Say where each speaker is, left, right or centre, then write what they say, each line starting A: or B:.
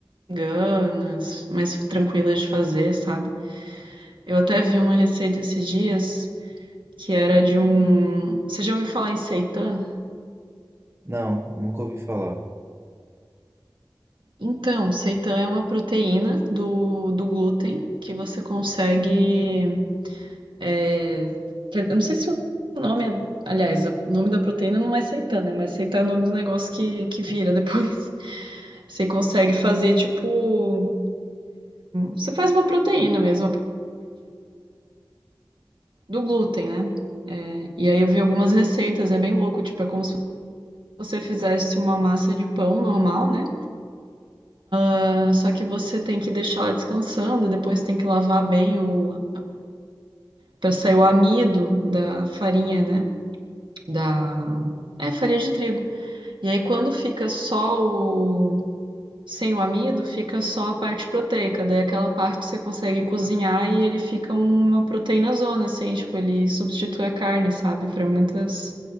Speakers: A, on the right (about 75°); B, on the right (about 30°).
A: veganas, mais tranquilas de fazer, sabe? Eu até vi uma receita esses dias que era de um. Você já ouviu falar em seitan?
B: Não, nunca ouvi falar.
A: Então, seitan é uma proteína do, do glúten que você consegue. É, que- eu não sei se o nome é. Aliás, o nome da proteína não é seitana, mas seitana é o nome do negócio que, que vira depois. <laughs> Você consegue fazer, tipo. Você faz uma proteína mesmo, do glúten, né? É, e aí eu vi algumas receitas, é bem louco, tipo, é como se você fizesse uma massa de pão normal, né? Ah, Só que você tem que deixar ela descansando e depois tem que lavar bem o. para sair o amido da farinha, né? Da. É, farinha de trigo. E aí, quando fica só o. Sem o amido, fica só a parte proteica. Daí, aquela parte você consegue cozinhar e ele fica uma proteína zona, assim. Tipo, ele substitui a carne, sabe? Para muitas